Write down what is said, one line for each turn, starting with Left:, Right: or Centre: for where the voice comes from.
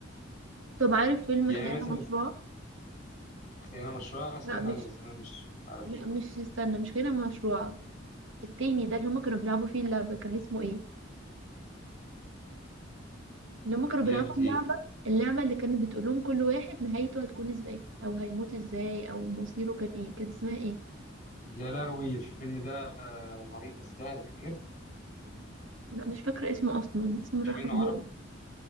Right: طب عارف فيلم
Left: يعني
Right: خيانة
Left: مثلا
Right: مشروعة
Left: خيانة مشروع سمعت
Right: لا مش
Left: عنه بس أنا مش عارف
Right: لا مش استنى مش خيانة مشروعة التاني ده اللي هما كانوا بيلعبوا فيه اللعبة كان اسمه ايه اللي هما كانوا
Left: لعبة
Right: بيلعبوا اللعبة
Left: إيه
Right: اللعبة اللي كانت بتقول لهم كل واحد نهايته هتكون ازاي او هيموت ازاي او مصيره كان ايه كان اسمها ايه
Left: يا لهوي الفيلم ده رهيب بس ده أجنبي
Right: لا مش فاكرة اسمه اصلا اسمه
Left: في
Right: الرحمن
Left: منه عربي
Right: بود